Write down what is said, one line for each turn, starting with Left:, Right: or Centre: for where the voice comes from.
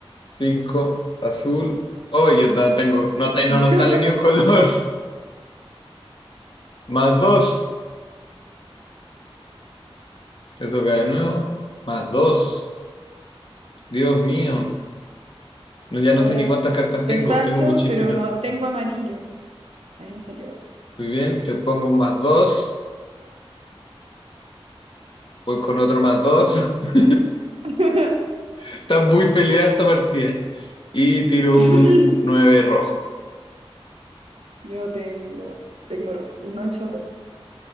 Left: cinco azul. Uy, yo no tengo, no, te- no
Right: <laughs>
Left: nos sale ni un color. <laughs> Más dos. Te toca de nuevo. Más dos. Dios mío. No, ya
Right: Ahora
Left: no sé ni cuántas cartas
Right: te
Left: tengo.
Right: salto,
Left: Tengo muchísimas.
Right: pero no tengo amarillo. Ahí me salió otro.
Left: Muy bien. Te pongo un más dos. Voy con otro más dos. <laughs>
Right: <laughs>
Left: Está muy peleada esta partida. Y tiro
Right: <laughs> Sí,
Left: un 9 rojo.
Right: yo tengo, tengo rojo, un 8 rojo.